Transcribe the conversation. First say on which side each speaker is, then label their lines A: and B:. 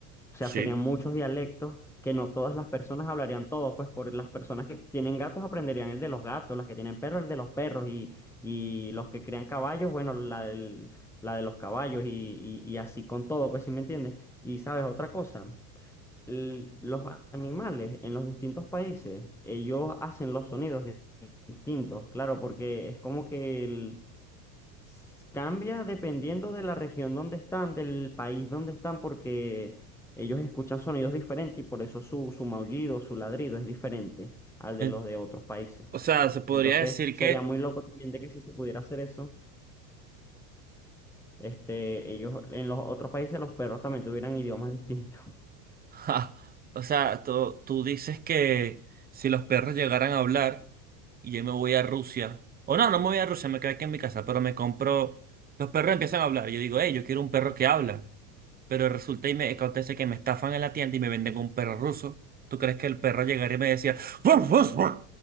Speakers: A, in the centre; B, on the right.
A: O sea,
B: sí.
A: serían muchos dialectos que no todas las personas hablarían todos, pues por las personas que tienen gatos aprenderían el de los gatos, las que tienen perros el de los perros y, y los que crean caballos, bueno, la del, la de los caballos y, y- y así con todo, pues si me entiendes. Y sabes otra cosa, L- los animales en los distintos países, ellos hacen los sonidos di- distintos, claro, porque es como que S- Cambia dependiendo de la región donde están, del país donde están, porque ellos escuchan sonidos diferentes y por eso su, su maullido, su ladrido es diferente al de
B: En-
A: los de otros países.
B: O sea, se podría
A: Entonces
B: decir
A: sería
B: que
A: muy loco también de que si se pudiera hacer eso, este, ellos en los otros países los perros también tuvieran idiomas distintos.
B: Ja, o sea, tú, tú dices que si los perros llegaran a hablar y yo me voy a Rusia, o no, no me voy a Rusia, me quedo aquí en mi casa, pero me compro, los perros empiezan a hablar y yo digo, hey, yo quiero un perro que habla, pero resulta y me acontece que me estafan en la tienda y me venden un perro ruso. ¿Tú crees que el perro llegaría y me decía, "Ruff, ruff, ruff"?